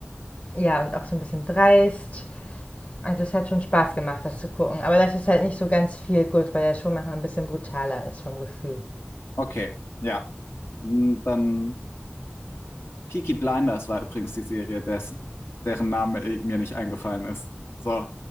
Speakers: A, on the left; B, on the left.
A: ja, und auch so ein bisschen dreist. Also es hat schon Spaß gemacht, das zu gucken. Aber das ist halt nicht so ganz viel gut, weil das schon manchmal ein bisschen brutaler ist vom Gefühl.
B: okay. Ja. Mm, Dann Peaky Blinders war übrigens die Serie, des, deren Name i- mir nicht eingefallen ist. So,